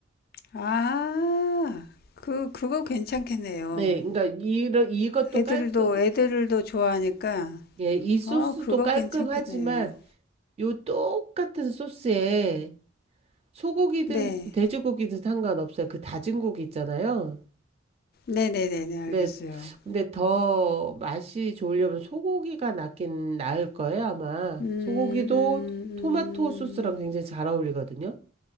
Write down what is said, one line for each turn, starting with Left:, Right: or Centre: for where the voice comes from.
Left: 아, 그, 그거 괜찮겠네요.
Right: 네, 그러니까 이런 이것도
Left: 애들도,
Right: 깔끔
Left: 애들도 좋아하니까,
Right: 예, 이 소스도
Left: 어, 그거
Right: 깔끔하지만
Left: 괜찮겠네요.
Right: 요 똑같은 소스에 소고기든
Left: 네.
Right: 돼지고기든 상관없어요. 그 다진 고기 있잖아요.
Left: 네네네네, 알겠어요.
Right: 근데 근데 더 맛이 좋으려면 소고기가 낫긴 나을 거예요, 아마.
Left: 음,
Right: 소고기도
Left: 음,
Right: 토마토 소스랑 굉장히 잘 어울리거든요.